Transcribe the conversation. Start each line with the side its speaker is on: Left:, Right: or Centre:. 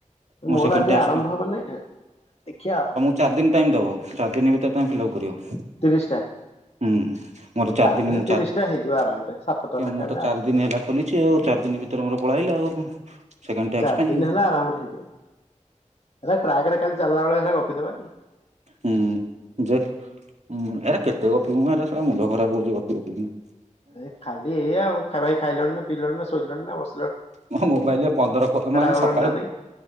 Right: ମୋ
Left: ମୋର
Right: ସେକେଣ୍ଡ
Left: ଆଜି
Right: ଟ୍ୟାକ୍ସ
Left: ଆରମ୍ଭ ମାନେ ଦେଖିଆ।
Right: ଚାରିଦିନ ଟାଇମ୍ ଦବ। ଚାରିଦିନ ଭିତରେ ତୋମେ ଫିଲ୍ଅପ୍ କରିବ।
Left: ତିରିଶ ଟା।
Right: ହୁଁ। ମୋର ଚାରି ଦିନ
Left: ଦିନେ
Right: ମୁଁ
Left: ତିରିଶ
Right: ଚାଥି
Left: ଟା ହେଇଯିବ ଆରାମରେ
Right: କି
Left: ସାତଟା ଲେଖା
Right: ମୁଁ
Left: ହେଲେ
Right: ତ ଚାରି
Left: ଆରାମ
Right: ଦିନ
Left: ହେଇଯିବ।
Right: ହେଲା ଖୋଲିଛି ଆଉ। ଚାରି ଦିନ ଭିତରେ ମୋର ପଳା ଆଇଲା ଆଉ। ସେକେଣ୍ଡ ଟ୍ୟାକ୍ସ
Left: ଚାରି
Right: ପାଇଁ
Left: ଦିନ
Right: ଆଉ
Left: ହେଲା ଆରାମରେ ହେଇଯିବ। ଏଟା ଟ୍ରାକ୍ ରେ କାଲି ଚାଲଲା ବେଳେ ହେରା ଗପି ଦବାନି।
Right: ହୁଁ ଯେ ଏରା କେତେ କପି ମୁ ଏ ମୁଣ୍ଡ ଖରାପ ହଉଛି କପି କରିକିନା
Left: ଏ ଖାଲି ଏଇ ଆଉ ଭାଇ ଖାଇଲଣିନ ପିଇିଲଣି ନା ଶୋଇଲଣିନ ଅବ
Right: ମୋ ମୋବାଇଲରେ ପନ୍ଦର ମାନେ
Left: ଗଲଣି
Right: ସକାଳୁ
Left: ନା ନାଇଁ